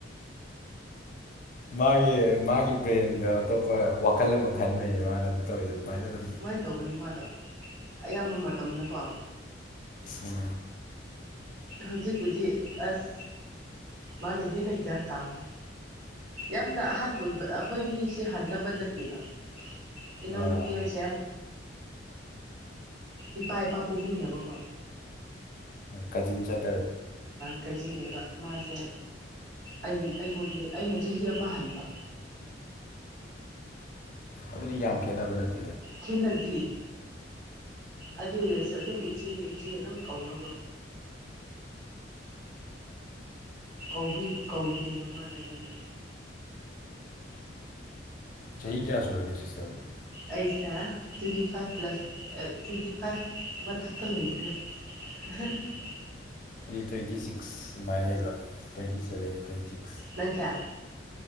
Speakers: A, on the left (about 45°); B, on the right (about 55°).
A: ꯃꯥꯒꯤ ꯃꯥꯒꯤ ꯕ꯭ꯔꯦꯟꯗ ꯑꯇꯣꯞꯄ ꯋꯥꯈꯜ ꯑꯃ ꯈꯟꯕꯩꯅꯦ ꯃꯥꯅ ꯑꯗꯨ ꯇꯧꯋꯗ ꯑꯗꯨꯃꯥꯏꯅ ꯑꯗꯨꯝ
B: ꯇꯧꯕꯅꯤ ꯃꯥꯗꯣ ꯑꯌꯥꯝꯕ ꯃꯇꯝꯅꯀꯣ
A: ꯎꯝ
B: ꯍꯧꯖꯤꯛꯄꯨꯗꯤ ꯑꯁ ꯃꯥꯅ ꯍꯦꯟꯅ ꯒ꯭ꯌꯥꯟ ꯇꯥꯈ꯭ꯔꯦ ꯌꯥꯝꯅ ꯑꯍꯥꯟꯕ ꯑꯣꯏꯕ ꯑꯩꯈꯣꯏ ꯃꯤꯁꯦ ꯍꯟꯅꯕ ꯅꯠꯇꯦꯕ ꯏꯅꯥꯎ
A: ꯑꯥ
B: ꯅꯨꯄꯤꯁꯦ ꯏꯄꯥ ꯏꯄꯥ ꯄꯣꯛꯃꯤꯟꯅꯕꯀꯣ
A: ꯀꯥꯖꯤꯤꯟ ꯆꯇꯔ
B: ꯀꯖꯤ ꯂꯩꯕ ꯃꯥꯁꯦ ꯑꯩꯉꯣꯟꯗ ꯑꯩꯅ ꯆꯍꯤ ꯑꯃ ꯍꯟꯕ
A: ꯑꯗꯨꯗꯤ ꯌꯥꯝ ꯈꯦꯠꯅꯕ ꯅꯠꯇꯦ
B: ꯈꯦꯟꯅꯗꯤ ꯑꯗꯨ ꯑꯣꯏꯔꯁꯨ ꯑꯗꯨꯝ ꯏꯆꯦ ꯏꯆꯦ ꯑꯗꯨꯝ ꯀꯧꯔꯒ ꯀꯧꯕ ꯀꯧꯕꯅꯦꯕ ꯃꯥꯅ ꯑꯩꯉꯣꯟꯗ
A: ꯆꯍꯤ ꯀꯌꯥ ꯁꯨꯔꯒꯁ ꯁꯤꯁꯇꯔ
B: ꯑꯩꯁꯦ twenty five plus twenty five ꯃꯊꯛꯇ ꯂꯩꯗ꯭ꯔꯦ <unintelligible>
A: ꯑꯗꯨꯗꯤ ꯇ꯭ꯋꯦꯟꯇꯤ ꯁꯤꯛꯁ ꯁꯨꯃꯥꯏꯅ ꯂꯩꯕ꯭ꯔꯥ ꯇ꯭ꯋꯦꯟꯇꯤ ꯁꯕꯦꯟ ꯇ꯭ꯋꯦꯟꯇꯤ ꯁꯤꯛꯁ
B: ꯅꯪꯁꯤꯌꯥ